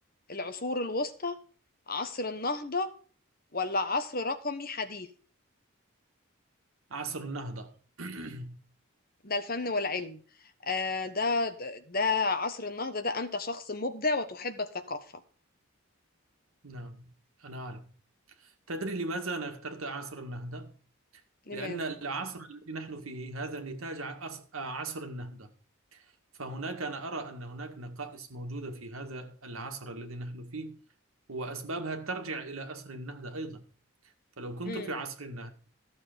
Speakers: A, on the left; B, on the right.
A: العصور الوسطى عصر النهضة ولا عصر رقمي حديث
B: عصر النهضة <clears throat>
A: ده الفن والعلم آه، ده ده ده عصر النهضة ده أنت شخص مبدع وتحب الثقافة
B: نعم أنا أعلم تدري لماذا أنا اخترت عصر النهضة؟
A: لماذا؟
B: لأن العصر الذي نحن فيه هذا نتاج عص- عصر النهضة فهناك أنا أرى أن هناك نقائص موجودة في هذا العصر الذي نحن فيه وأسبابها ترجع إلى عصر النهضة أيضا فلو كنت
A: امم
B: في عصر النهضة